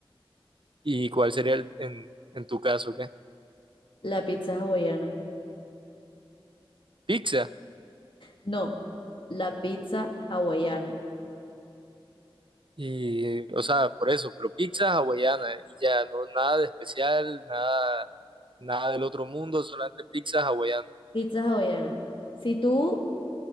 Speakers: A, on the right (about 65°); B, on the left (about 65°).
A: ¿Y cuál sería el- en, en tu caso, qué?
B: la pizza hawaiana.
A: ¿Pizza?
B: No, la pizza hawaiana.
A: Y, o sea, por eso, pero pizza hawaiana y ya, no nada de especial, nada, nada del otro mundo, solamente pizza hawaiana.
B: Pizza hawaiana. Si tú